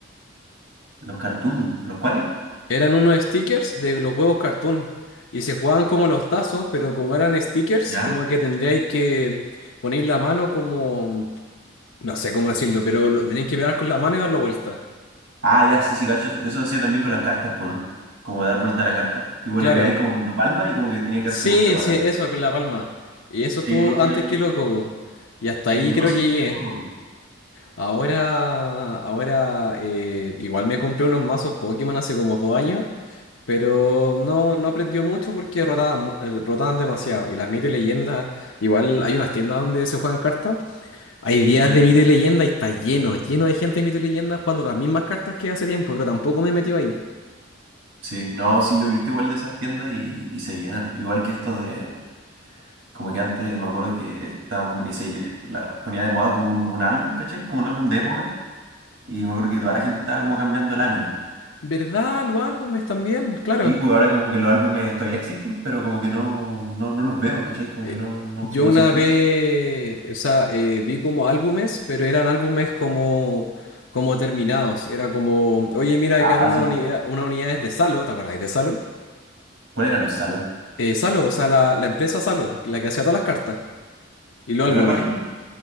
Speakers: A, on the right (about 70°); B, on the left (about 85°).
A: Los cartoons, ¿los cuales?
B: Eran unos stickers de los huevos cartoon. Y se jugaban como los tazos, pero como eran stickers,
A: Ya.
B: como que tendríais que poner la mano como, no sé cómo decirlo, pero lo tenéis que pegar con la mano y darlo vuelta.
A: Ah, ya, sí, sí, gachos. Eso hacía también con las cartas, pues, ¿no? Como dar vuelta a la carta. Tipo,
B: Claro.
A: le pegáis como con la palma y como que tenía que
B: Sí,
A: darse vuelta para
B: sí,
A: adelante.
B: eso con la palma. Y eso
A: Sí,
B: estuvo
A: no, sí,
B: antes
A: claro.
B: que los cocos. Y hasta
A: Sí,
B: ahí
A: no,
B: creo
A: sí,
B: que llegué.
A: sí, eso me acuerdo.
B: Ahora, ahora eh, igual me compré unos mazos Pokémon hace como dos años, pero no, no aprendió mucho porque rotaban, mu- eh, rotaban demasiado. Y las mito y leyendas, igual hay unas tiendas donde se juegan cartas. Hay días
A: Sí,
B: de mito y leyenda y está lleno, lleno de gente de mito y leyenda jugando las mismas cartas que hace tiempo, pero tampoco me he metido ahí.
A: sí, no, sí, yo he visto igual de esas tiendas y, y se llenan. Igual que esto de, como que antes me acuerdo que estaba como que se la, ponía de moda como un, un álbum, ¿cachai? Como un álbum de época. Y me acuerdo que toda la gente estaba como cambiando láminas.
B: ¿Verdad? Los álbumes también, claro.
A: Sí, pues ahora como que los álbumes todavía existen, pero como que no, no, no los veo, ¿cachai? Como
B: Eh,
A: que no, no,
B: Yo
A: no
B: una
A: siento
B: vez,
A: que...
B: o sea, eh, vi como álbumes, pero eran álbumes como, como terminados. Era como, oye, mira,
A: Ah,
B: quedaron
A: sí.
B: una unidad, una unidad es de Salo, ¿te acordáis de Salo?
A: ¿Cuál era los Salos?
B: Eh, Salo, o sea, la, la empresa Salo, la que hacía todas las cartas y los
A: ¿No
B: álbumes,
A: era Panini?